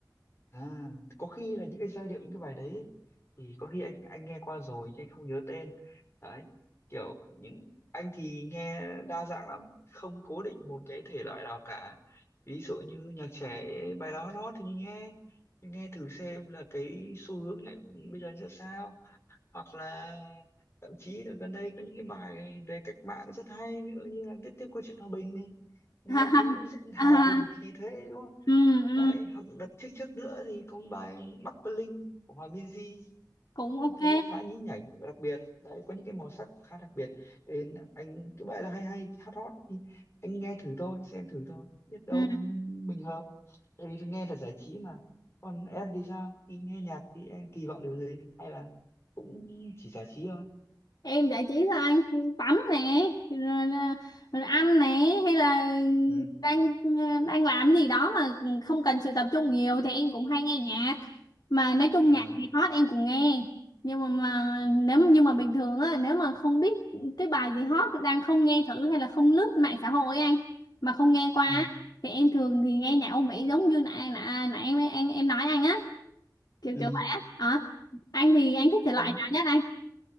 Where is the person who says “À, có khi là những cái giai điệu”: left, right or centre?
Left